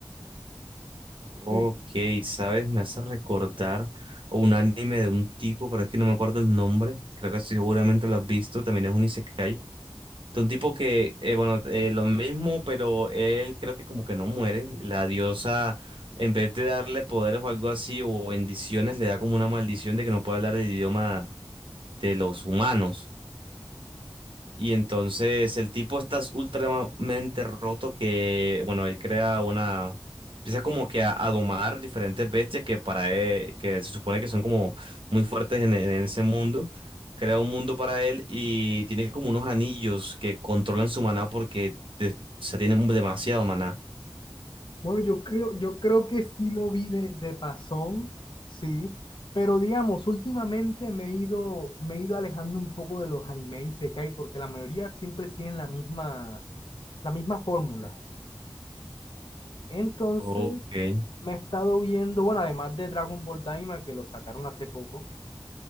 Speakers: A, on the right (about 70°); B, on the left (about 65°).
A: Ok,
B: Sí.
A: ¿sabes? Me hace recordar a un anime de un tipo, pero es que no me acuerdo el nombre. Creo que sí, seguramente lo has visto. También es un isekai. De un tipo que, eh, bueno, eh, lo mismo, pero él creo que como que no muere. La diosa, en vez de darle poderes o algo así, o bendiciones, le da como una maldición de que no puede hablar el idioma de los humanos. Y entonces el tipo está ultramente roto que, bueno, él crea una... Empieza como que a, a domar diferentes bestias que para él, que se supone que son como muy fuertes en, en ese mundo. Crea un mundo para él y tiene como unos anillos que controlan su maná porque te- se tiene demasiado maná.
B: Bueno, yo creo, yo creo que sí lo vi de, de pasón, Sí, pero digamos, últimamente me he ido, me he ido alejando un poco de los animes Isekai porque la mayoría siempre siguen la misma, la misma fórmula. Entonces,
A: Ok.
B: me he estado viendo, bueno, además de Dragon Ball Daima que lo sacaron hace poco,